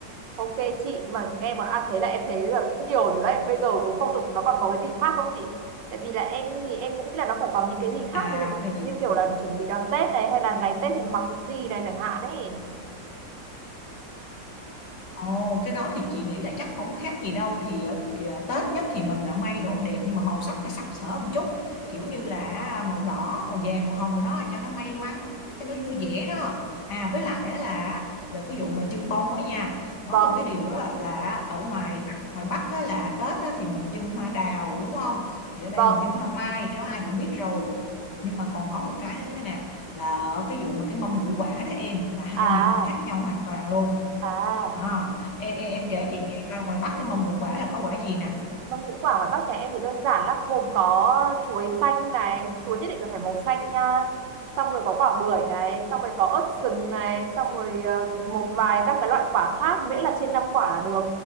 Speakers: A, on the right; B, on the left.
A: Ok chị, mà nghe món ăn thế là em thấy là cũng nhiều rồi đấy. Bây giờ phong tục nó còn có cái gì khác không chị? Tại vì là em thì em cũng nghĩ là nó phải có những cái gì
B: À
A: khác, ví dụ
B: thì
A: như kiểu là chuẩn bị đón Tết này hay là ngày Tết thì mặc cái gì này chẳng hạn ấy.
B: ồ cái đó thì chị nghĩ là chắc không khác gì đâu thì ờ, kìa, Tết nhất thì mình ờ, may đồ đẹp nhưng mà màu sắc phải sặc sỡ một chút kiểu như là màu đỏ màu vàng màu hồng rồi đó cho nó may mắn cho nó vui vẻ đó à với lại á là về cái vụ mà trưng bông á nha
A: Vâng,
B: có một cái điều đó là ở ngoài ngoài Bắc á là Tết á thì mình trưng hoa đào đúng không thì ở đây
A: vâng.
B: mình trưng hoa mai cái đó ai cũng biết rồi nhưng mà còn có một cái nữa này nè là ở cái vụ mà cái mâm ngũ quả đó em là hai
A: À,
B: miền nó khác nhau hoàn toàn luôn
A: à.
B: Ờ, em, em em kể chị nghe coi ngoài Bắc cái mâm ngũ quả là có quả gì nè
A: Mâm ngũ quả ngoài Bắc nhà em thì đơn giản lắm, gồm có chuối xanh này, chuối nhất định là phải màu xanh nha. Xong rồi có quả bưởi này, xong rồi có ớt sừng này, xong rồi ờ, một vài các cái loại quả khác, miễn là trên 5 quả là được.